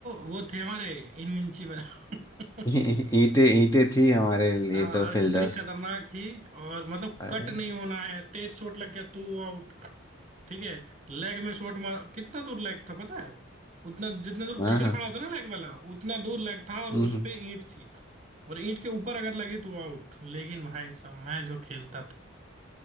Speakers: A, on the right; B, on the left.
A: वो थे हमारे इनविंसिबल <laughs>
B: <laughs> ईंटे ईंटे थी हमारे लिए
A: हाँ,
B: तो
A: और
B: फील्डर्स
A: कितनी खतरनाक थी और मतलब
B: अरे
A: कट नहीं होना है तेज शॉट लग गया तो आउट ठीक है लेग में शॉट मार कितना दूर लेग था पता है उतना जितना दूर
B: हाँ
A: फील्डर
B: हाँ
A: खड़ा होता है ना लेग वाला उतना दूर लेग था और उस
B: हम्म
A: पे ईंट थी और ईंट के ऊपर अगर लगी तो आउट लेकिन भाई साहब मैं जो खेलता था